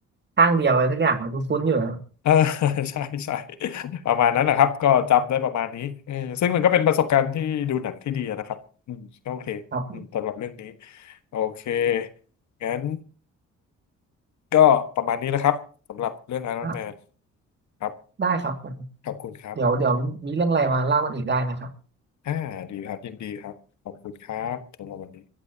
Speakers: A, on the right; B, on the left.
A: ข้างเดียวอะไรสักอย่างคุ้นๆอยู่นะครับ
B: เออ <laughs> ใช่ใช่ประมาณนั้นนะครับก็จำได้ประมาณนี้เออซึ่งมันก็เป็นประสบการณ์ที่ดูหนังที่ดีนะครับอืมก็โอเคอืมสำหรับเรื่องนี้
A: ครับ
B: โอเคงั้น ก็ประมาณนี้นะครับสำหรับเรื่อง Iron
A: อ่ะ
B: Man ครับ
A: ได้ครับ
B: ขอบคุณครับ
A: เดี๋ยวเดี๋ยวมีเรื่องอะไรมาเล่ากันอีกได้นะครับ
B: อ่าดีครับยินดีครับขอบคุณครับสำหรับวันนี้